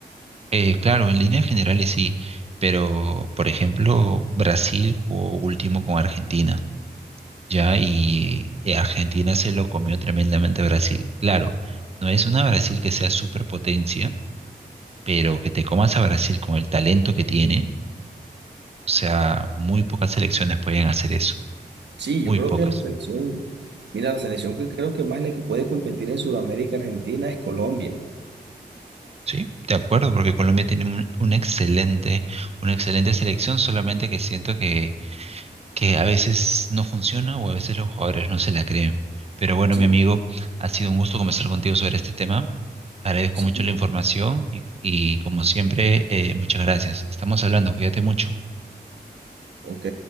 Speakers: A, on the right; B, on the right.
A: Eh, claro, en líneas generales sí, pero por ejemplo, Brasil jugó último con Argentina ya, y eh, Argentina se lo comió tremendamente a Brasil. Claro, no es una Brasil que sea superpotencia, pero que te comas a Brasil con el talento que tiene, o sea, muy pocas selecciones pueden hacer eso,
B: Sí,
A: muy
B: yo creo
A: pocas.
B: que la selección, mira, la selección que creo que más le puede competir en Sudamérica Argentina es Colombia.
A: Sí, de acuerdo, porque Colombia tiene un- una excelente, una excelente selección, solamente que siento que, que a veces no funciona o a veces los jugadores no se la creen. Pero bueno,
B: Sí,
A: mi amigo, ha sido un gusto conversar contigo sobre este tema. Agradezco
B: sí.
A: mucho la información y, y como siempre, eh, muchas gracias. Estamos hablando, cuídate mucho.
B: Ok.